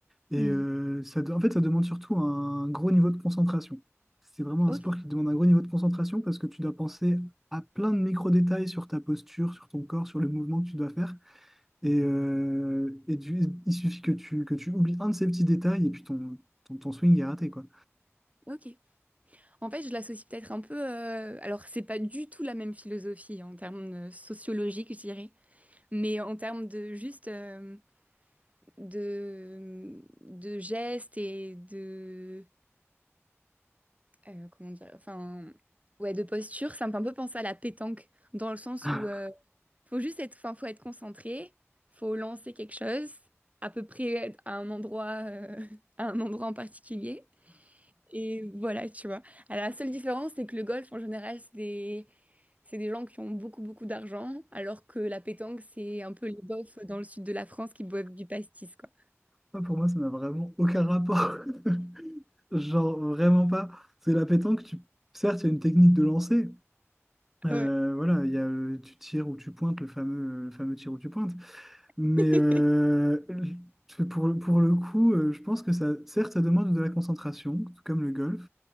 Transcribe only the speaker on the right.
Hmm.
Ok,
ok. En fait, je l'associe peut-être un peu. euh, Alors, c'est pas du tout la même philosophie en termes euh, sociologiques, je dirais, mais en termes de juste euh, de de gestes et de euh, comment dire, enfin ouais, de posture. Ça me fait un peu penser à la pétanque dans le sens
où euh, faut juste être, enfin, faut être concentré, faut lancer quelque chose à peu près à un endroit, euh, <laughs> à un endroit en particulier. Et voilà, tu vois. Alors, la seule différence, c'est que le golf, en général, c'est des... c'est des gens qui ont beaucoup, beaucoup d'argent, alors que la pétanque, c'est un peu les bofs dans le sud de la France qui boivent du pastis, quoi.
Ouais.
<laughs>